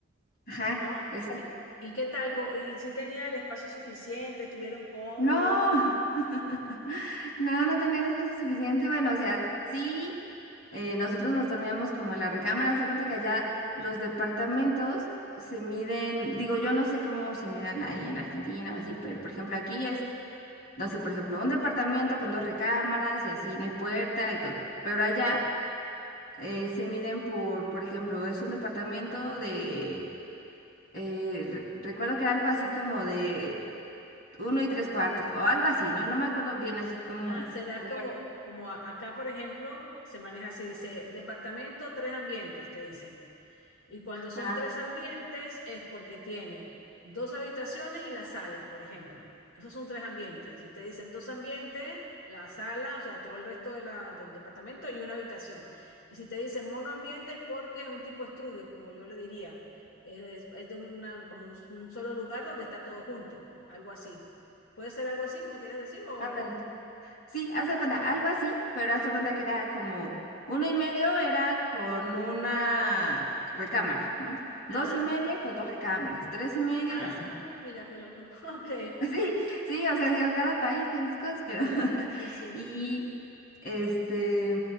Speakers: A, on the left (about 45°); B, on the left (about 80°).
A: Ajá,
B: ¿no?
A: exacto.
B: ¿Y, y qué tal? ¿Cómo- ¿Y si tenía el espacio suficiente? ¿Estuvieron cómodos?
A: No, <laughs> no, no tenía el espacio suficiente. Bueno, o sea, sí, eh, nosotros nos dormíamos como en la recámara. Se cuenta que allá los departamentos se miden, digo, yo no sé cómo se midan ahí en Argentina o así, pero por ejemplo
B: Sí,
A: aquí es No sé, por ejemplo, un departamento con dos recámaras y así, no hay puerta y todo. Pero allá
B: sí.
A: eh, se miden por, por ejemplo, es un departamento de, eh, re- recuerdo que era algo así como de uno y tres cuartos, o algo así, ¿no? No me acuerdo bien, así como...
B: Ah, será
A: ¿Cómo
B: como,
A: era?
B: como a- acá, por ejemplo, se maneja así, dice, departamento, tres ambientes, te dicen. Y cuando son
A: Ah,
B: tres ambientes es porque tiene dos habitaciones y la sala, por ejemplo. Esos son tres ambientes. Si te dicen dos ambientes, la sala, o sea, todo el resto de la- del departamento y una habitación. Y si te dicen monoambiente es porque es un tipo estudio, como yo le diría. Es, es de una, como un, un solo lugar donde está todo junto, algo así. ¿Puede ser algo así que me quieres decir o,
A: ándale.
B: o no?
A: Sí, hace cuenta, algo así, pero hace cuenta que era como uno y medio era con una recámara, ¿no? Dos
B: Ah,
A: y medio con dos recámaras, tres y medio
B: ah,
A: y así. ¿no?
B: mira qué loco. <laughs> Ok,
A: <laughs> Sí, sí, o sea, digo, cada país tiene sus cosas, pero
B: sí,
A: <laughs>
B: sí.
A: y este